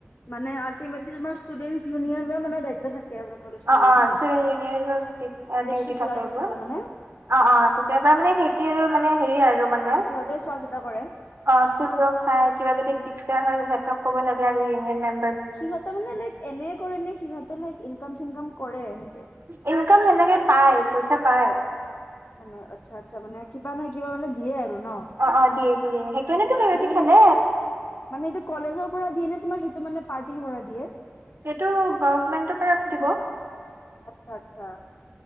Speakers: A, on the left (about 60°); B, on the right (about 65°).
A: মানে আল্টিমেতলি তোমাৰষ্টুডেন্ট ইউননৰ মানে দায়িত্ব থাকে। আপোনাৰ কলেশ খনৰ
B: অ অ
A: ন
B: ষ্টুডেণ্ট
A: ইলেকচন
B: ডিউটি থাকে
A: খেলাৰ
B: এইবোৰ
A: পিছত আৰু মানে।
B: অ' অ' তেতিয়া পৰা মানে
A: আচ্ছা
B: খেতি আৰু মানে হেৰি আৰু মানে।
A: সিহঁতে চোৱা চিতা কৰে।
B: অ ষ্টুলক চাই কিবা যদি দিগদাৰ হ' সিহতক কব লাগে আৰু ইউনিয়ন মেম
A: সিহঁতৰ মানে লাইক এনে কৰে ন সিহঁতেৰ লাইক চিনকাম কৰে এনেকে?
B: ইনকাম সেনেকে পাই পইচা পায়।
A: মানে আচ্ছা আচ্ছা মানে কিবা নহয় কিবা মানে দিয়ে আৰু। ন?
B: অ অ দিয়ে দিয়ে সেইটো নে তো সহতি
A: সেইটো মানে
B: খেলে।
A: মানে এইটো কলেজৰ পৰা দিয়ে নে তোমাৰ সেইটো মানে পাৰ্টিৰ পৰা দিয়ে।
B: সেইটো গভমেণ্টৰ পৰা দিব।
A: আচ্ছা আচ্ছা।